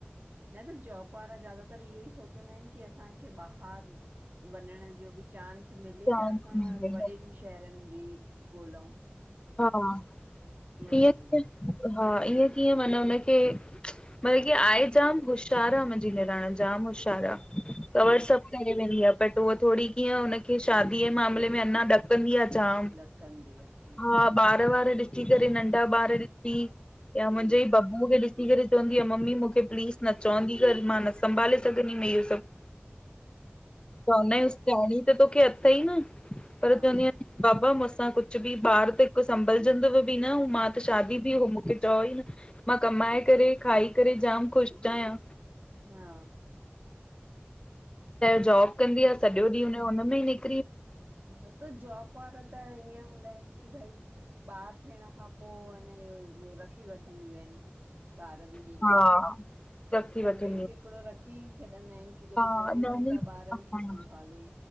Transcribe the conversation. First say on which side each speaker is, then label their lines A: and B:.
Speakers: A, on the right (about 45°); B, on the left (about 25°).
A: न त जॉब वारा ज्यादातर इहो ई सोचंदा आहिनि कि असांखे ॿाहिरि वञण जो बि चांस मिले
B: चांस
A: त असां
B: मिले
A: वॾिन शहरनि जी ॻोल्उ।
B: हा, ईअ
A: हूंदो
B: कीअं
A: आ,
B: हा ईअं कीअं माना हुनखे मतलबु कि आहे जाम होश्यार आह, मुंहिंजी निणान जाम होश्यार आह
A: हा
B: कवर सभु करे वेंदी आहे बट उहा थोरी कीअं हुनखे शादीअ जे मामले में अञा ॾकंदी आह ॼाम।
A: ॾईंदी आह।
B: हा ॿार वार ॾिसी करे नंढा ॿार ॾिसी या
A: हम्म
B: मुंहिंजे ई ब मुखे ॾिसी करे चवंदी आ, मम्मी मुखे प्लीज़ न चवंदी कर मां न सि संभाले सघंदीमै इहो सभु त
A: हा
B: हुने ॾेराणी त तोखे अथई न, पर
A: हा
B: चवंदी आ बाबा मुसां कुछ बि ॿारि त हिकु संभलिजंदवु बि न, हू मां त शादी बि हु मूंखे चओ ई न। मां कमाए करे, खाई करे जामि ख़ुशि आहियां।
A: हा
B: त जॉबु कंदी आ, सॼो ॾींहुं हुनजो हुनमें में ही निक
A: हा त जॉबु वारा त ईअं हूंदा आहिनि की भई ॿारि थियणु खां पोइ अनि, इओ रखी वठंदियूं आहिनि, ॿारनि जे
B: हा
A: लाइ
B: रखी
A: सर्वेंट
B: वठंदी
A: हिकिड़ो रखी छॾंदा आहिनि, की
B: आहियां।
A: जेको चोवीह
B: हा नैनी
A: घंटा ॿारनि
B: हा
A: खे संभाले।